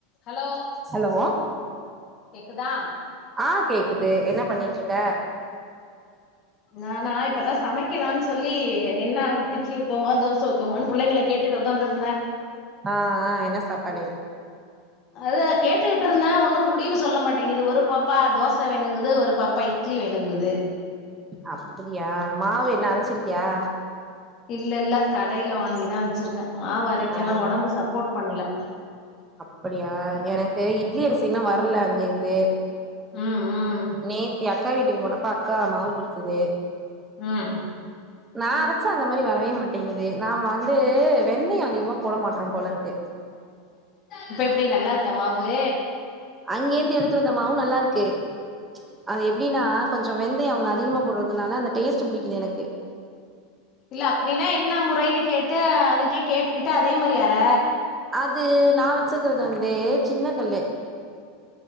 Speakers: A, on the left; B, on the right.
A: hello
B: hello
A: கேக்குதா
B: ஆ கேக்குது என்ன பண்ணிட்டுருக்க
A: நானா இப்பதா சமைக்கலான் சொல்லி என்னா இட்லி ஊத்துவோமா தோச ஊத்துவமானு புள்ளைங்கள கேட்டுட்டு உக்காந்துருந்தே
B: ஆ ஆ என்ன சாப்பாடு
A: அது கேட்டுட்டுருந்தே ஒன்னு முடிவு சொல்ல மாட்டேங்குது ஒரு பாப்பா தோச வேணுங்குது ஒரு பாப்பா இட் ட்லி வேணுங்குது
B: அப்புடியா மாவு என்ன
A: ஆ
B: அரச்சிருக்கியா
A: இல்ல இல்ல கடையில வாங்கிதா வச்சிருக்கே மாவரைக்கெல்லா
B: ஆ
A: ஒடம்பு சப்போட் பண்ணல
B: அப்புடியா எனக்கு இட்லி அரிசன்னும் வரல அங்க இங்கு
A: ம் ம்
B: நேத்தி அக்கா வீட்டுக்கு போனப்ப அக்கா மாவு குடுத்தது
A: ம்
B: நா அரச்சா அந்த மாரி வரவே மாட்டேங்குது நாம் வந்து வெந்தய அதிகமா போட மாட்ற போல இருக்கு
A: இப்ப எப்டி நல்லா இருக்கா மாவு
B: அங்கே இருந்து எடுத்துட்டு வந்த மாவு நல்லாருக்கு அது எப்டினா கொஞ்சோ வெந்தய அவுங்க அதிகமா போடுறதுனால அந்த டேஸ்ட் புடிக்குது எனக்கு
A: இல்ல அப்புடினா என்ன முறைன்னு கேட்டு அதுட்டய் கேட்டுக்கிட்டு அதே மேரி அர
B: அது நா வச்சிருக்கறது வந்து சின்ன கல்